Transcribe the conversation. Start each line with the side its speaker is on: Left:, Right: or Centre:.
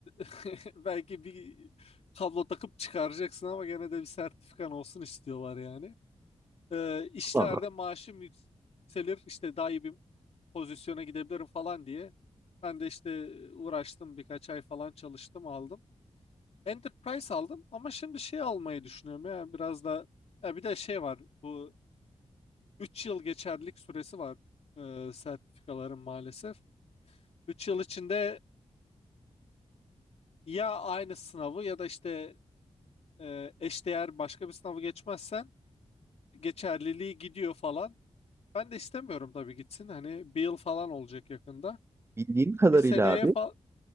Left: <laughs> belki bir kablo takıp çıkaracaksın ama gene de bir sertifikan olsun istiyorlar yani. Eee işlerde
Right: Valla.
Left: maaşım yükselir işte daha iyi bir pozisyona gidebilirim falan diye. Ben de işte uğraştım birkaç ay falan çalıştım aldım. Enterprise aldım ama şimdi şey almayı düşünüyorum ya biraz da ya bir de şey var bu 3 yıl geçerlilik süresi var e, sertifikaların maalesef. üç yıl içinde ya aynı sınavı ya da işte e, eşdeğer başka bir sınavı geçmezsen geçerliliği gidiyor falan. Ben de istemiyorum tabii gitsin hani bir yıl falan olacak yakında.
Right: Bildiğim kadarıyla
Left: Bir seneye
Right: abi,
Left: falan